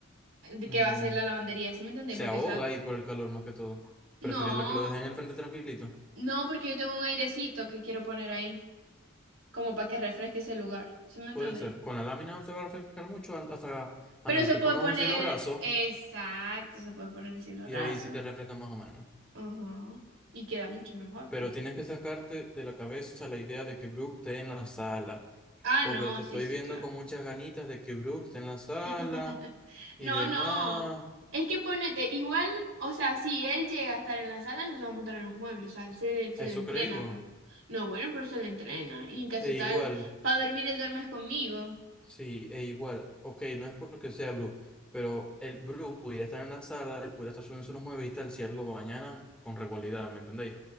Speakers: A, on the right; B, in the centre.
A: de
B: Mm,
A: que va a hacer la lavandería, ¿sí me entendéis?
B: se
A: Porque
B: ahoga
A: se va... a-
B: ahí por el calor más que todo. Preferible
A: No,
B: que lo dejen en el frente tranquilito.
A: no, porque yo tengo un airecito que quiero poner ahí, como para que refresque ese lugar, ¿sí me entendéis?
B: Puede ser. Con la lámina no te va a refrescar mucho an- hasta a
A: Pero
B: menos
A: se
B: que
A: puede
B: pongas
A: poner,
B: un cielo raso
A: exacto, se puede poner el cielo
B: y
A: raso,
B: ahí sí te refresca más o menos.
A: ajá, Y queda mucho mejor,
B: Pero
A: pues.
B: tienes que sacarte de la cabeza la idea de que Brook esté en la sala,
A: Ah,
B: porque
A: no,
B: te estoy
A: sí, sí,
B: viendo
A: claro.
B: con muchas ganitas de que Brook esté en la sala
A: <laughs>
B: y
A: No,
B: demás.
A: no. Es que ponete, igual, o sea, si él llega a estar en la sala, nos vamos a montar en los muebles, o sea, se, se
B: Eso
A: le entrena,
B: creí vos.
A: pues. No, bueno, pero se le entrena. Y en caso
B: E
A: tal,
B: igual,
A: para dormir, él duermes conmigo.
B: sí, e igual. Ok, no es porque sea Brook, pero el Brook pudiera estar en la sala y pudiera estar subiendo unos muebles y tal si a él lo bañaran con regularidad, ¿me entendéis?